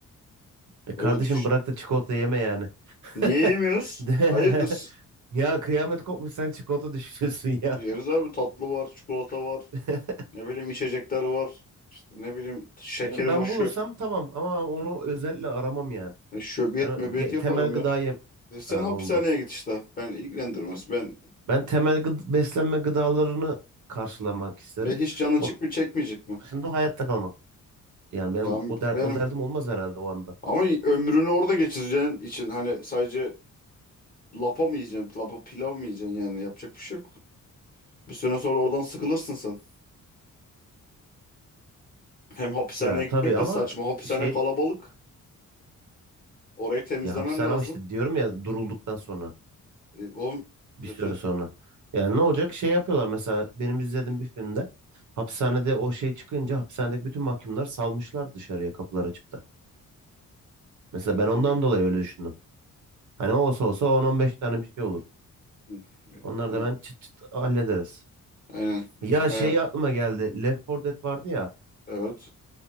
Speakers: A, on the right (about 60°); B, on the left (about 25°).
A: E kardeşim
B: Öyle düşün.
A: bırak da çikolata yeme yani. <laughs>
B: Niye yemiyoruz?
A: De-
B: Hayırdır?
A: Ya kıyamet kopmuş sen çikolata düşünüyorsun ya.
B: Yeriz abi tatlı var, çikolata var.
A: <laughs>
B: Ne bileyim içecekler var. İşte ne bileyim şekerim
A: Değil mi? Ben
B: var. Şö
A: bulursam tamam ama onu özellikle aramam yani.
B: hani şöbiyet
A: Ben o-
B: möbiyet
A: ge-
B: yaparım
A: temel gıdayı
B: ya. E Sen
A: ha,
B: hapishaneye
A: oldu.
B: git işte. Ben ilgilendirmez. Ben
A: Ben temel gıd- beslenme gıdalarını karşılamak isterim.
B: e, hiç canın
A: Onun
B: çık mı çekmeyecek mi?
A: dışında hayatta kalmak. Yani
B: E
A: benim
B: Tamam
A: o der
B: benim
A: o derdim olmaz herhalde o anda.
B: ama ömrünü orada geçireceğin için hani sadece Lapa mı yiyeceksin? Lapa pilav mı yiyeceksin yani? Yapacak bir şey yok. Bir süre sonra oradan sıkılırsın sen. Hem hapishaneye
A: Ya tabii
B: gitmek de
A: ama
B: saçma. Hapishane
A: şey
B: kalabalık. Orayı temizlemen
A: ya hapishane
B: lazım.
A: ama işte diyorum ya durulduktan sonra
B: E, oğlum
A: bir
B: zaten
A: süre sonra. Yani ne olacak? Şey yapıyorlar mesela benim izlediğim bir filmde hapishanede o şey çıkınca hapishanedeki bütün mahkumlar salmışlar dışarıya kapılar açıp da. Mesela
B: yani
A: ben ondan
B: bilmiyorum.
A: dolayı öyle düşündüm. Hani olsa olsa on on beş tane bir şey olur.
B: Yani
A: Onlar
B: ben o-
A: da hemen çıt çıt hallederiz.
B: aynen.
A: Ya
B: Şey, he,
A: şey aklıma geldi. Left 4 Dead vardı ya.
B: evet.